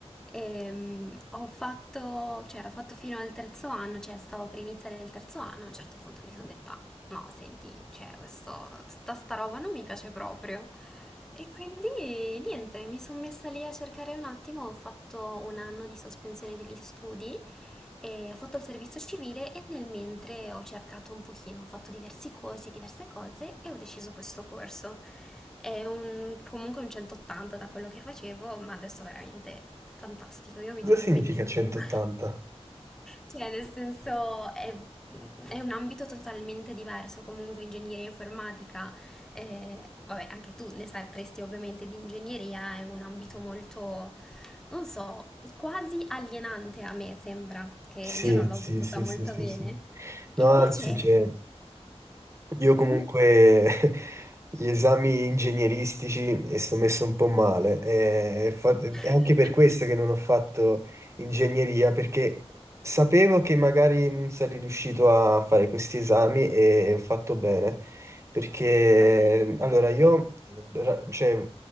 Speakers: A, in the centre; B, on the right.
A: Ehm, ho fatto, cioè, ho fatto fino al terzo anno, cioè stavo per iniziare il terzo anno, a un certo punto mi sono detta no, senti, cioè, questo, tutta sta roba non mi piace proprio. E quindi niente, mi sono messa lì a cercare un attimo, ho fatto un anno di sospensione degli studi e ho fatto il servizio civile e nel mentre ho cercato un pochino, ho fatto diversi corsi, diverse cose e ho deciso questo corso. È un- comunque un 180 da quello che facevo, ma adesso veramente fantastico, io mi
B: Cosa
A: trovo
B: significa
A: benissimo.
B: 180?
A: <laughs> Cioè, nel senso è, è un ambito totalmente diverso, comunque ingegneria informatica, eh, vabbè, anche tu ne sai presti ovviamente di ingegneria, è un ambito molto, non so, quasi alienante a me sembra, che io
B: Sì,
A: non l'ho
B: sì,
A: vissuta
B: sì,
A: molto
B: sì, sì,
A: bene.
B: sì. No,
A: Invece...
B: anzi, c'è. Io comunque
A: Mhm.
B: <laughs> gli esami ingegneristici e sto messo un po' male. e fa- È
A: <laughs>
B: anche per questo che non ho fatto ingegneria, perché sapevo che magari non sarei riuscito a fare questi esami e ho fatto bene. Perché
A: Capisco.
B: allora io eh, ra- cioè,